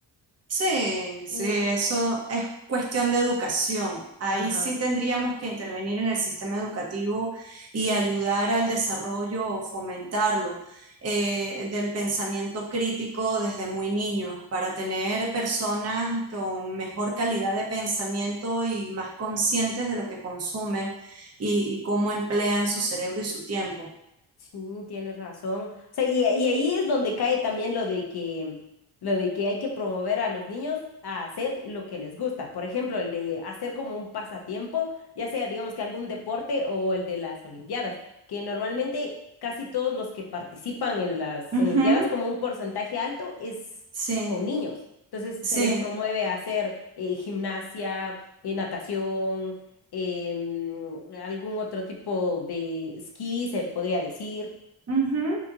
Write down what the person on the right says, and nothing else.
Sí, sí,
eso es cuestión de educación. Ahí
sí tendríamos que intervenir en el sistema educativo y ayudar al desarrollo o fomentarlo eh, del pensamiento crítico desde muy niños para tener personas con mejor calidad de pensamiento y más conscientes de lo que consumen y, y cómo emplean su cerebro y su tiempo.
Ujú,
Sí,
sí.
Ujú.